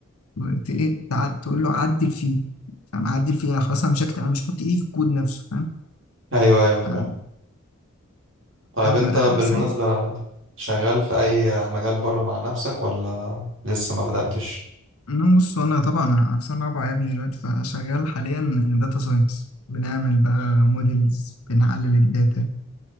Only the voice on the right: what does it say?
ايوه ايوه فاهم
طيب
انت
بالمناسبة
شغال في اي مجال بره مع نفسك ولا لسه ما بدأتش